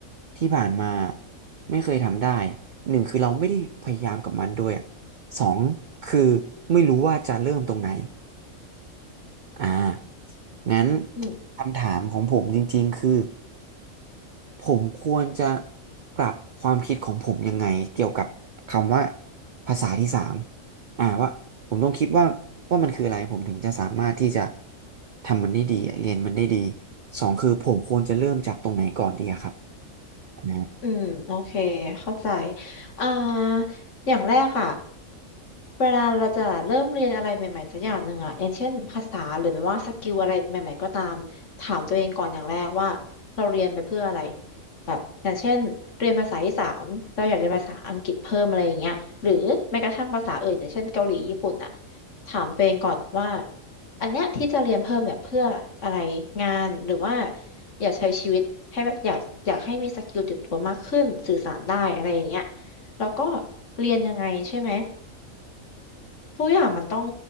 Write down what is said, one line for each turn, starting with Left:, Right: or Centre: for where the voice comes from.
Right: ที่ผ่านมาไม่เคยทำได้หนึ่งคือเราไม่ได้พยายามกับมันด้วยอะ สองคือไม่รู้ว่าจะเริ่มตรงไหนอ่างั้น
Left: อืม
Right: คำถามของผมจริงๆคือผมควรจะปรับความคิดของผมยังไงเกี่ยวกับคำว่าภาษาที่สามอ่าว่าผมต้องคิดว่าว่ามันคืออะไรผมถึงจะสามารถที่จะทำมันได้ดีเรียนมันได้ดีสองคือผมควรจะเริ่มจากตรงไหนก่อนดีอะครับอ่า
Left: อืมโอเคเข้าใจอ่าอย่างแรกอะเวลาเราจะเริ่มเรียนอะไรใหม่ๆสักอย่างหนึ่งอะอย่างเช่นภาษาหรือไม่ว่าสกิลอะไรใหม่ๆก็ตามถามตัวเองก่อนอย่างแรกว่าเราเรียนไปเพื่ออะไรแบบอย่างเช่นเรียนภาษาที่สามเราอยากเรียนภาษาอังกฤษเพิ่มอะไรอย่างเงี้ยหรือแม้กระทั่งภาษาอื่นอย่างเช่นเกาหลีญี่ปุ่นอะถามตัวเองก่อนว่า อันเนี้ยที่จะเรียนเพิ่มเนี่ยเพื่ออะไรงานหรือว่าอยากใช้ชีวิตให้แบบอยากอยากให้มีสกิลติดตัวมากขึ้นสื่อสารได้อะไรอย่างเงี้ยแล้วก็เรียนยังไงใช่ไหมทุกอย่างมันต้อง